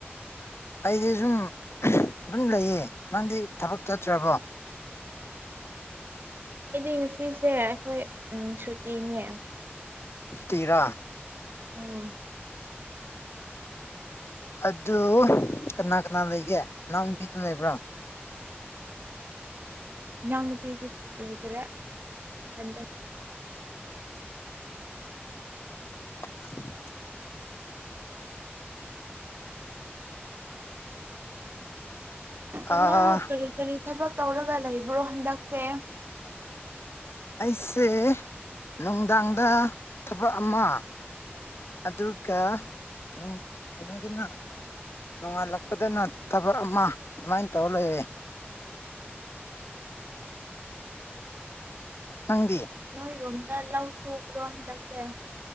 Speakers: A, on the left; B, on the right.
A: ꯑꯩꯗꯤ ꯁꯨꯝ ꯑꯗꯨꯝ ꯂꯩꯌꯦ ꯅꯪꯗꯤ ꯊꯕꯛ ꯆꯠꯇ꯭ꯔꯕꯣ
B: ꯑꯩꯗꯤ ꯉꯁꯤꯁꯦ ꯑꯩꯈꯣꯏ ꯎꯝ ꯁꯨꯇꯤꯅꯦ
A: ꯁꯨꯇꯤꯔꯥ
B: ꯎꯝ
A: ꯑꯗꯨ ꯀꯅꯥ ꯀꯅꯥ ꯂꯩꯒꯦ ꯅꯅꯥꯎ ꯅꯨꯄꯤꯗꯨ ꯂꯩꯕ꯭ꯔ
B: ꯏꯅꯥꯎꯅꯨꯄꯤꯗꯤ ꯂꯩꯇꯔꯦ ꯌꯟꯗꯛ
A: <unintelligible>
B: ꯑꯗꯨꯅꯪ
A: ꯑꯥ
B: ꯀꯔꯤ ꯀꯔꯤ ꯊꯥꯕꯛ ꯇꯧꯔꯒ ꯂꯩꯕ꯭ꯔꯣ ꯍꯟꯗꯛꯁꯦ
A: ꯑꯩꯁꯦ ꯅꯨꯡꯗꯥꯡꯗꯥ ꯊꯕꯛ ꯑꯃ ꯑꯗꯨꯀꯥ ꯎꯝ ꯀꯩꯅꯣꯗꯥꯅ ꯅꯣꯡꯉꯥꯜꯂꯛꯄꯗꯅ ꯊꯕꯛ ꯑꯃ ꯑꯗꯨꯃꯥꯏꯅ ꯇꯧꯔ ꯂꯩꯌꯦ ꯅꯪꯗꯤ
B: ꯅꯣꯏꯔꯣꯝꯗꯥ ꯂꯧ ꯁꯨꯕ꯭ꯔꯣ ꯍꯟꯗꯛꯁꯦ